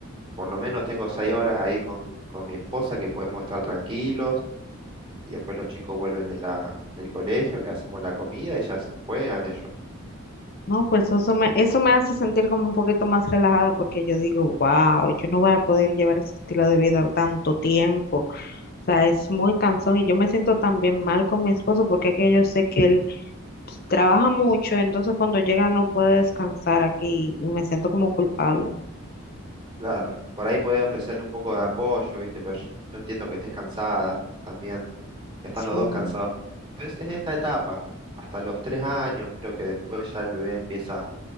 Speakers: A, on the right (about 25°); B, on the left (about 45°).
A: por lo menos tengo seis horas ahí con, con mi esposa que podemos estar tranquilos y después los chicos vuelven de la, del colegio, le hacemos la comida y ya s- juegan ellos.
B: No, pues eso me, eso me hace sentir como un poquito más relajada porque yo digo, wow, yo no voy a poder llevar ese estilo de vida tanto tiempo. O sea, es muy cansón y yo me siento también mal con mi esposo porque es que yo sé que él trabaja mucho, entonces cuando llega no puede descansar aquí y me siento como culpable.
A: Claro, por ahí podés ofrecerle un poco de apoyo, ¿viste? Pero yo entiendo que estés cansada también. Están
B: Sí.
A: los dos cansados. Es, es esta etapa, hasta los tres años, creo que después ya el bebé empieza